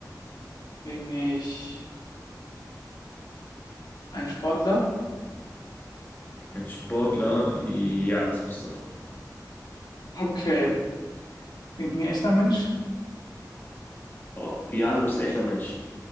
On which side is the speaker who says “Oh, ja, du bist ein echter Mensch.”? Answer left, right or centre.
Left